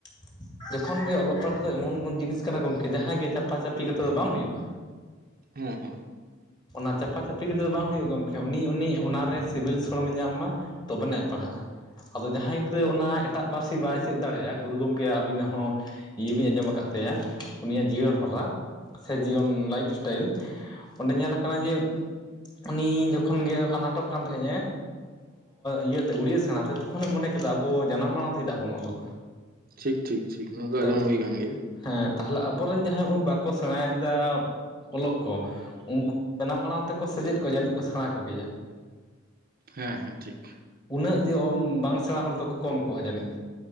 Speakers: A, on the left; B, on the right.
A: ᱾ ᱡᱚᱠᱷᱚᱱ ᱜᱮ ᱚᱞᱚᱜ ᱯᱟᱲᱦᱟᱜ ᱫᱚ ᱮᱢᱚᱱ ᱜᱚᱱ ᱡᱤᱱᱤᱥ ᱠᱟᱱᱟ ᱜᱚᱝᱠᱮ ᱡᱟᱦᱟᱸᱭ ᱜᱮ ᱪᱟᱯᱟᱼᱪᱟᱯᱤ ᱠᱟᱛᱮ ᱫᱚ ᱵᱟᱝ ᱦᱩᱭᱩᱜᱼᱟ᱾
B: ᱦᱮᱸ ᱦᱮᱸ᱾
A: ᱚᱱᱟ ᱪᱟᱯᱟ ᱪᱟᱯᱤ ᱠᱟᱛᱮᱮᱫ ᱫᱚ ᱵᱟᱝ ᱦᱩᱭᱩᱜ ᱜᱚᱢᱠᱮ ᱩᱱᱤ ᱩᱱᱤ ᱚᱱᱟᱨᱮ ᱥᱤᱵᱤᱞ ᱥᱚᱲᱚᱢᱮ ᱧᱟᱢ ᱢᱟ ᱛᱚᱵᱮᱱᱟᱭ ᱯᱟᱲᱦᱟᱜᱼᱟ ᱾ ᱟᱫᱚ ᱡᱟᱦᱟᱸᱭ ᱜᱤᱫᱽᱨᱟᱹ ᱚᱱᱟ ᱮᱴᱟᱜ ᱯᱟᱹᱨᱥᱤ ᱵᱟᱭ ᱪᱮᱫ ᱫᱟᱲᱮᱭᱟᱜᱼᱟ ᱜᱩᱨᱩ ᱜᱚᱢᱠᱮ ᱟᱹᱵᱤᱱᱟᱜ ᱦᱚᱸ ᱤᱭᱟᱹ ᱵᱤᱧ ᱟᱸᱡᱚᱢ ᱟᱠᱟᱫ ᱛᱟᱭᱟ ᱩᱱᱤᱭᱟᱜ ᱡᱤᱭᱚᱱ ᱦᱚᱨᱟ ᱥᱮ ᱡᱤᱭᱚᱱ ᱞᱟᱭᱤᱯᱷ ᱤᱥᱴᱟᱭᱤᱞ, ᱚᱸᱰᱮ ᱧᱮᱞᱟᱠ ᱡᱮ ᱩᱱᱤ ᱡᱚᱠᱷᱚᱱ ᱜᱮ ᱟᱱᱟᱴᱚᱜ ᱠᱟᱱ ᱛᱟᱦᱮᱸᱱᱮᱜ ᱮ ᱤᱭᱟᱹᱛᱮ ᱩᱲᱭᱟᱹ ᱥᱮᱬᱟ ᱛᱮ ᱛᱚᱠᱷᱚᱱᱮ ᱢᱚᱱᱮ ᱠᱮᱫᱟ ᱟᱵᱚ ᱡᱟᱱᱟᱢ ᱢᱟᱲᱟᱝ ᱛᱮ ᱪᱮᱫᱟᱜ ᱵᱚᱱ ᱚᱞᱚᱜᱼᱟ
B: ᱴᱷᱤᱠ ᱴᱷᱤᱠ ᱴᱷᱤᱠ ᱱᱚᱣᱟ ᱫᱚ ᱟᱸᱡᱚᱢ
A: ᱛᱚ
B: ᱦᱩᱭ ᱟᱠᱟᱱ ᱜᱮᱭᱟ ᱾
A: ᱦᱮᱸ ᱛᱟᱦᱚᱞᱮ ᱟᱵᱚᱨᱮᱱ ᱡᱟᱦᱟᱸᱭ ᱵᱟᱠᱚ ᱥᱮᱬᱟᱭᱮᱫᱟ ᱚᱞᱚᱜ ᱠᱚ ᱩᱱᱠᱩ ᱡᱟᱱᱟᱢ ᱟᱲᱟᱝ ᱛᱮᱠᱚ ᱥᱮᱪᱮᱫ ᱠᱚ ᱡᱟᱹᱱᱤᱡ ᱠᱚ ᱥᱮᱬᱟ ᱠᱚᱜᱮᱭᱟ᱾
B: ᱦᱮᱸ ᱦᱮᱸ ᱴᱷᱤᱠ᱾
A: ᱩᱱᱟᱹᱜ ᱡᱮ ᱵᱟᱝ ᱥᱮᱬᱟ ᱦᱚᱲ ᱫᱚᱠᱚ ᱠᱚᱢ ᱠᱚᱜᱼᱟ ᱡᱟᱹᱱᱤᱡ᱾